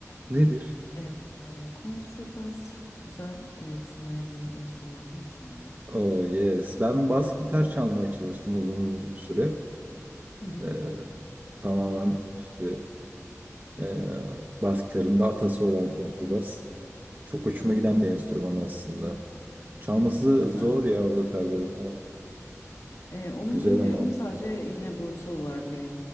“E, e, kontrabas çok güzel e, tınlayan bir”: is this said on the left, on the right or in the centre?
Left